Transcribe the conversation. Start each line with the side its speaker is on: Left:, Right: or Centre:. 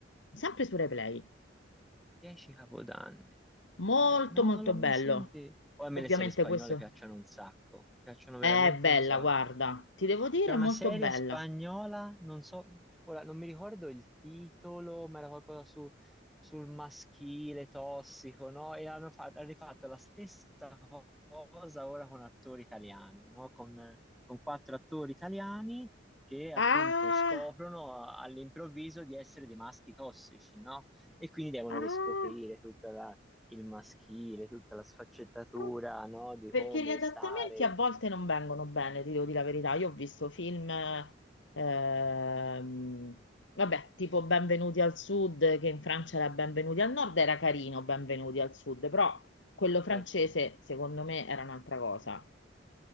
Left: sempre su Replay.
Centre: Dieci capodanni.
Left: Molto,
Centre: Ok, no,
Left: molto
Centre: non l'ho mai
Left: bello.
Centre: sentito. Poi a me
Left: Ovviamente
Centre: le serie spagnole
Left: questo...
Centre: piacciono un sacco, piacciono veramente
Left: È bella,
Centre: un sacco.
Left: guarda, ti devo dire,
Centre: C'è una
Left: è molto
Centre: serie
Left: bella.
Centre: spagnola, non so, ora non mi ricordo il titolo, ma era qualcosa su, sul maschile tossico, no? E hanno, fa- hanno rifatto la stessa co- cosa ora con attori italiani, no? Con, con quattro attori italiani che appunto
Left: Ah,
Centre: scoprono a- all'improvviso di essere dei maschi tossici, no? E quindi devono
Left: ah,
Centre: riscoprire tutta la- il maschile, tutta la sfaccettatura,
Left: ah,
Centre: no? Di
Left: perché
Centre: come
Left: gli adattamenti
Centre: stare.
Left: a volte non vengono bene, ti devo dire la verità. Io ho visto film, ehm, vabbè, tipo Benvenuti al Sud, che in Francia era Benvenuti al Nord, era carino Benvenuti al Sud, però quello francese,
Centre: Certo.
Left: secondo me, era un'altra cosa,